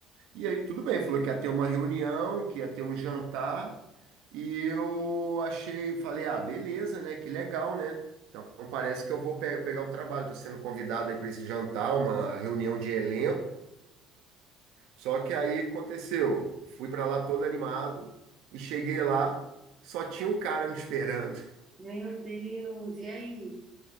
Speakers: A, on the right (about 75°); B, on the right (about 20°).
A: E aí, tudo bem, falou que ia ter uma reunião, que ia ter um jantar, e eu achei, falei, ah, beleza, né? Que legal, né? Então parece que eu vou pe- pegar o trabalho, tô sendo convidado aí para esse jantar, uma reunião de elenco. Só que aí aconteceu, fui para lá todo animado e cheguei lá, só tinha o cara me <laughs> esperando.
B: Meu Deus, e aí?